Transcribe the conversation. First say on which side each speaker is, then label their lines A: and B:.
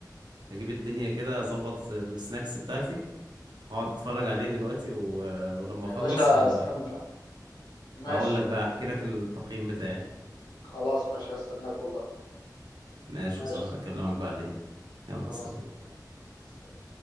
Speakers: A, on the right; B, on the left.
A: اجيب الدنيا كده اظبط السناكس بتاعتي هقعد اتفرج عليه دلوقتي و... ولما
B: يا
A: اخلص
B: باشا
A: ه...
B: استمتع ماشي
A: هقول لك بقى احكي لك التقييم بتاعي
B: خلاص ماشي هستناك والله
A: ماشي
B: ماشي
A: يا صاحبي
B: يا صديقي
A: اكلمك بعدين يلا
B: خلاص
A: سلام
B: باذن الله مع السلامة.